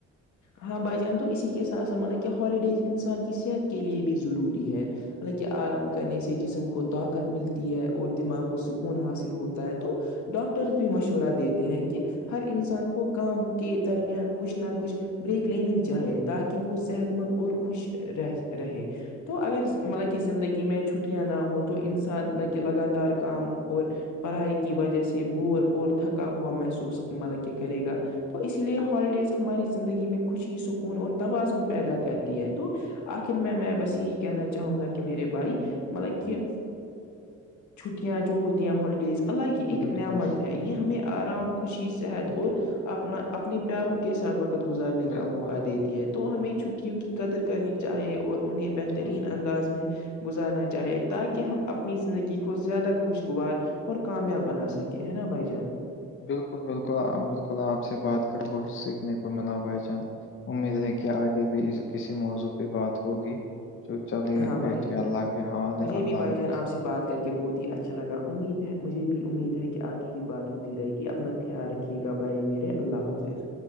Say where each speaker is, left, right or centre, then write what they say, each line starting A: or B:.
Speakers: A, on the left; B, on the left.
A: ہاں بھائی جان تو اسی کے ساتھ س مطلب کہ ہالیڈیز انسان کی صحت کے لیے بھی ضروری ہے مطلب کہ آرام کرنے سے جسم کو طاقت ملتی ہے اور دماغ کو سکون حاصل ہوتا ہے تو ڈاکٹرز بھی مشورہ دیتے ہیں کہ ہر انسان کو کام کے درمیان کچھ نہ کچھ بریک لینی چاہے تاکہ وہ صحت مند اور خوش رہ رہے تو اگر ملکہ زندگی میں چھٹیاں نہ ہو تو انسان لگ لگاتار کام اور پڑھائی کی وجہ سے بور اور تھکا ہوا محسوس مطلب کے کرے گا تو اسی لیے ہالیڈیز ہماری زندگی میں خوشی سکون اور توازن پیدا کرتی ہے تو آخر میں میں بس یہی کہنا چاہوں گا کہ میرے بھائی مطلب کہ چھٹیاں جو ہوتی ہیں ہالیڈیز اللہ کی ایک
B: بالکل
A: نعمت ہے یہ ہمیں آرام خوشی صحت
B: بالکل
A: اور اپنا اپنے پیاروں کے ساتھ گزارنے
B: بالکل
A: کا موقع دیتی ہے تو ہمیں چھٹیوں کی قدر کرنی چاہے اور انہیں بہتر بہترین
B: بالکل
A: انداز میں گزارنا چاہے تاکہ ہم اپنی زندگی کو زیادہ خوشگوار اور کامیاب بنا سکیں کہ ناں بھائی جان
B: بالکل بالکل بالکل آپ سے بات کر بہت سیکھنے کو ملا بھائی جان امید ہے کہ آگے بھی کسی موضوع پہ بات ہوگی تو چلیے
A: ہاں بھائی
B: بیٹھیے
A: جان
B: اللہ کے حوالے
A: مجھے
B: اللہ
A: بھی بھائی
B: حافظ
A: جان آپ سے بات کر کے بہت ہی اچھا لگا امید ہے مجھے بھی امید ہے کہ آگے بھی بات ہوتی رہے گی اپنا خیال رکھیے گا بائی میرے اللہ حافظ